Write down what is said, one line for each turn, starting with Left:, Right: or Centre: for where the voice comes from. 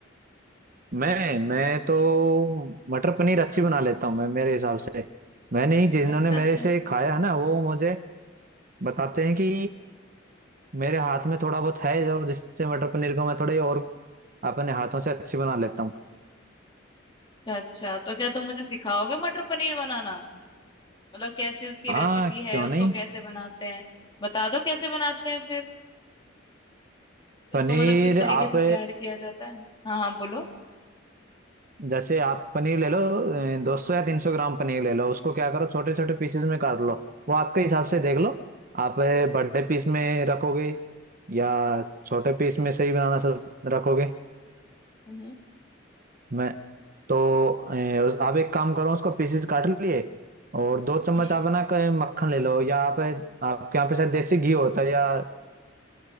Right: मैं मैं तो मटर पनीर अच्छी बना लेता हूँ मैं मेरे हिसाब से मैंने ही जिन्होंने
Left: अच्छा
Right: मेरे
Left: अच्छा
Right: से खाया है ना वो मुझे बताते हैं कि मेरे हाथ में थोड़ा बहुत है जो जिससे मटर पनीर को मैं थोड़े और अपने हाथों से अच्छी बना लेता हूँ
Left: अच्छा अच्छा तो क्या तुम मुझे सिखाओगे मटर पनीर बनाना मतलब कैसी उसकी
Right: हाँ
Left: रेसिपी है
Right: क्यों
Left: उसको
Right: नहीं
Left: कैसे बनाते हैं बता दो कैसे बनाते हैं फिर
Right: पनीर
Left: उसको मतलब किस तरीके
Right: आप
Left: से तैयार किया जाता है हाँ हाँ बोलो
Right: जैसे आप पनीर ले लो दो सौ या तीन सौ ग्राम पनीर ले लो उसको क्या करो छोटे छोटे पीसेस में काट लो वो आपके हिसाब से देख लो आप बड़े पीस में रखोगे या छोटे पीस में सही बनाना सब रखोगे
Left: हम्म
Right: मैं तो ए, उस- आप एक काम करो उसको पीसेस काट लिए और दो चम्मच
Left: हम्म
Right: आप है ना क- मक्खन ले लो या आप आपके यहाँ पे शायद देसी घी होता है या